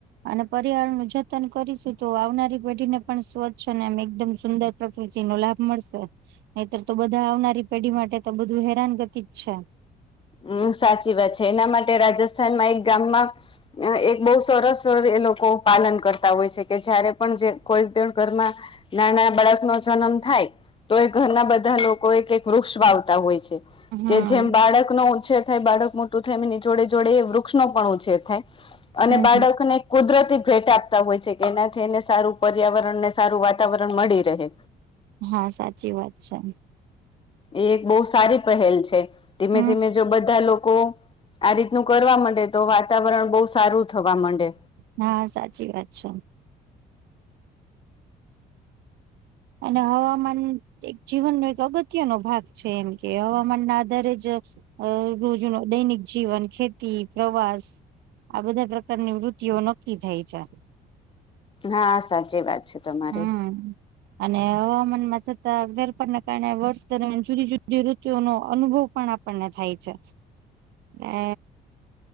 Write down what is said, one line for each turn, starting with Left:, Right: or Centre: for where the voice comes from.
Right: અને પરિવારણ નું જતન કરીશું તો આવનારી પેઢી ને પણ સ્વચ્છ અને એમ એકદમ સુંદર પ્રકૃતિ નો લાભ મળશે નહીિતર તો બધા આવનારી પેઢી માટે તો બધું હેરાનગતિ જ છે.
Left: હમ સાચી વાત છે, એના માટે રાજસ્થાનમાં એક ગામમાં એક બહુ સરસ એ લોકો પાલન કરતા હોય છે, કે જયારે પણ જે કોઈ પણ ઘરમાં નાના બાળક નો જન્મ થાય તો એ ઘરના બધા લોકો એક વૃક્ષ વા આવતા હોય છે.
Right: હમ
Left: કે જેમ બાળક નો ઉછેર થાય બાળક મોટું થાય એની જોડે જોડે એ વૃક્ષ નો પણ ઉછેર થાય અને
Right: હમ
Left: બાળકને
Right: હમ
Left: કુદરતી ભેટ આપતા હોય છે, કે એનાથી એને સારું પર્યાવરણ ને સારું વાતાવરણ મળી રહે
Right: હા સાચી વાત છે.
Left: એ એક બહુ સારી પહેલ છે, ધીમે
Right: હમ
Left: ધીમે જો બધા લોકો આ રીતનું કરવા માંડે તો વાતાવરણ બહુ સારું થવા માંડે
Right: હા સાચી વાત છે. અને હવામાન એક જીવનનો એક અગત્યનો ભાગ છે, એમ કે હવામાન ના આધારે જ અ રોજ ન દૈનિક જીવન ખેતી પ્રવાસ આ બધા પ્રકારની વૃતિઓ નક્કી થાય છે,
Left: હા સાચી વાત છે. તમારી
Right: હમ અને હવામાનમાં છતાં વેરફારના કારણે વર્ષ દરમિયાન જુદી જુદી રુતુ નો અનુભવ પણ આપણને થાય છે, એ